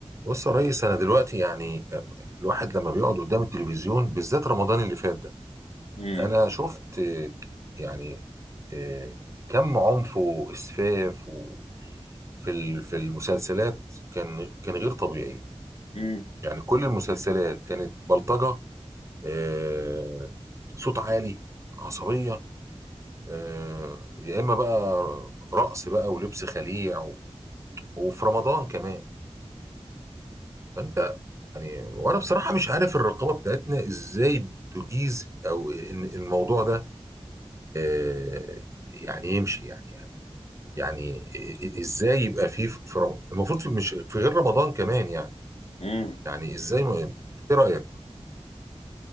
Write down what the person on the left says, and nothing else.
امم
امم
امم